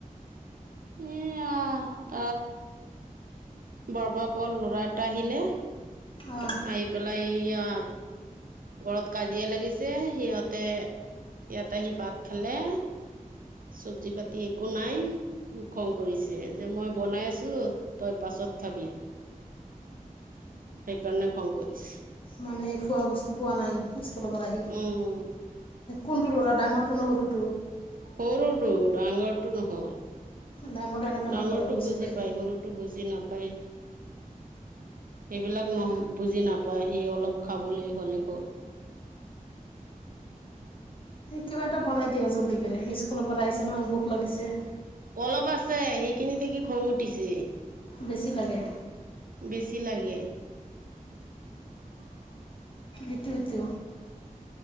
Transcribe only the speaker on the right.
এ আহ ত বৰপ প ল'ৰা এটা আহিলে,
আহি পেলাই ইয়াত ঘৰত কাজিয়া লাগিছে, সিহঁতে ইয়াতে আহি ভাত খালে। চবজি পাতি একো নাই খং কৰিছে যে মই বনাই আছো তই পাছত কত খাবি? সেইকাৰণে খং কৰিছে
উম
সৰুটো, ডাঙৰটো নহয়।
ডাঙৰটো
বুজি
পাই সৰুটো বুজি নাপায়। এইবিলাক নহ বুজি নাপায় সি অলপ খাবলৈ হলি হল।
অলপ আছে সেইখিনি দেখি খং উঠিছে
বেছি লাগে <unintelligible>